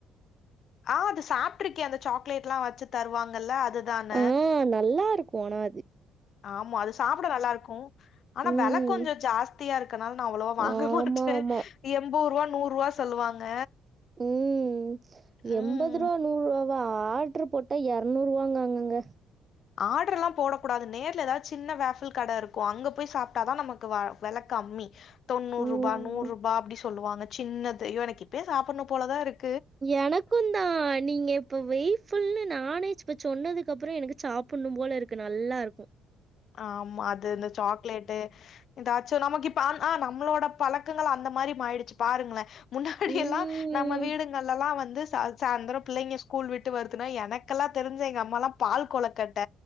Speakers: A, on the left; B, on the right.
A: ஆ அது சாப்பிட்ருக்கெ அந்த சாக்லேட்லா வச்சு தருவாங்கல்ல அதுதான
B: ஆ நல்லா இருக்கு அனா அதி
A: ஆமா அது சாப்ட நல்லா இருக்கு ஆனா
B: ம்.
A: வெல கொஞ்ச ஜாஸ்தியா இருக்கனால நா அவ்லொவா வாங்க
B: ஆமாமா.
A: மாட்டே எம்போ ரூவா நூற் ரூவா சொல்லுவாங்க
B: ம்
A: ம்
B: எம்பது ருவா நூற் ருவா ப்ப ஆட்ர் போட்டா எர்நூறுவாங்கங்கங்க
A: ஆட்ர்லா போட கூடாது நேர்ல ஏதாவது சின்ன வேஃப்ல் கட இருக்கு அங்க போய் சாப்ட்டாதா நமக்கு வ வெல கம்மி தொண்ணூறு
B: ம்.
A: ரூபா, நூறு ரூபா அப்டி சொல்லுவாங்க சின்னது, அய்யோ எனக்கு இப்பயே சாப்ட்னு போலதா இருக்
B: எனக்குதா நீங்க இப்ப வெய் ஃபுல்னு நானே இப்ப சொன்னதுக்கு அப்பறோ எனக்கு சாப்புட்ணு போல இருக்கு நல்லா இருக்கு
A: ஆமா அது இந்த சாக்லேட்டு எதாச்சு நமக்கு இப்ப அந் ஆ நம்மளோட பழக்கங்கள் அந்த மாரி மாறிடுச்சு பாருங்களே முன்னாடியெல்லா
B: ம்,
A: நம்ம வீடுங்கள்லல்லா வந்து சா சாந்தர பிள்ளைங்க ஸ்கூல் விட்டு வருதுனா எனக்கல்லா தெரிஞ்சி எங்க அம்மால்லா பால் கொழுக்கட் ட